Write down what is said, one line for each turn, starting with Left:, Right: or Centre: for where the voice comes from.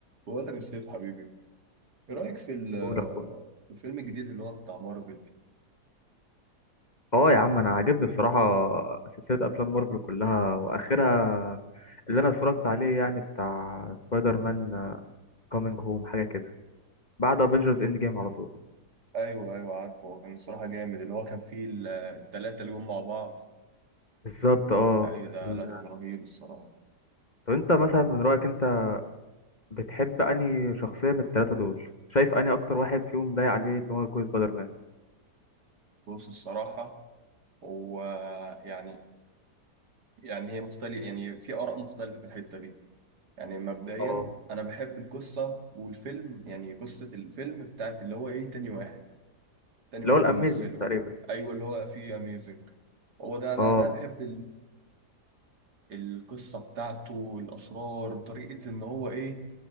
Right: بقول لك يا سيف حبيبي ايه رايك في ال-
Left: قول اخويا
Right: في الفيلم الجديد اللي هو بتاع مارفل
Left: اه يا عم انا عاجبني بصراحه سلسله افلام مارفل كلها واخرها اللي انا اتفرجت عليه يعني بتاع سبايدر مان كومينج هوم حاجه كده بعد افنجرز اند جيم على طول
Right: ايوه ايوه عارفه هو كان الصراحه جامد اللي هو كان فيه ال- التلاته اللي جم مع بعض
Left: بالظبط اه
Right: ايوه ده
Left: ال...
Right: لا كان رهيب الصراحه
Left: طب انت مثلا من رايك انت بتحب انهي شخصيه من الثلاثه دول شايف انهي اكتر واحد فيهم ضايق عليه اللي هو يكون سبايدر مان
Right: بص الصراحه هو يعني يعني هي مختلف يعني في اراء مختلفه في الحته دي يعني مبدئيا
Left: اه
Right: انا بحب القصه والفيلم يعني قصه الفيلم بتاعت اللي هو ايه تاني واحد تاني
Left: اللي
Right: واحد
Left: هو الاميزنج
Right: ممثله
Left: تقريبا
Right: ايوه اللي هو فيه اميزنج هو ده انا
Left: اه
Right: ده بحب القصة بتاعته الأسرار طريقة إن هو إيه